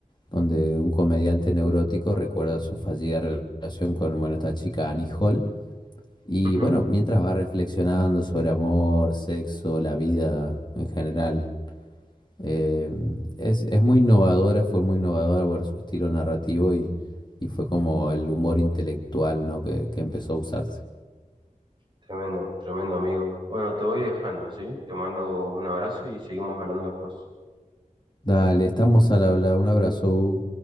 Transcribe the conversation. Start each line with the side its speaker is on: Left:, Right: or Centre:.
Left: donde un comediante neurótico recuerda su fallida relación con, bueno, esta chica Annie Hall Y
Right: Ujú,
Left: bueno, mientras va reflexionando sobre amor, sexo, la vida en general, eh, es, es muy innovadora, fue muy innovadora por su estilo narrativo y, y fue como el humor intelectual, ¿no? que, que empezó a usarse.
Right: Tremendo, tremendo, amigo. Bueno, te voy dejando, ¿sí? Te mando un abrazo y seguimos hablando después.
Left: Dale, estamos al habla, un abrazo.